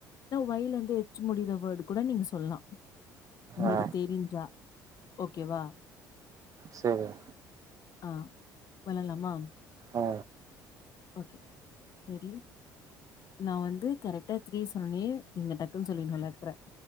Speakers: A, on the left; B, on the right.
A: ஒய்லேது எச் முடிற வோடு கூட நீங்க சொல்லா உங்ளுக்கு
B: ஆ
A: தெரிஞ்சா ஓகேவா
B: சேரிய
A: ஆ வெள்ளாலாமா
B: ஆ
A: ஓகே ரெடி நா வந்து கரெக்ட்டா த்ரீ சொன்னனே நீங்க டக்குன் சொல்லின்லு லட்ர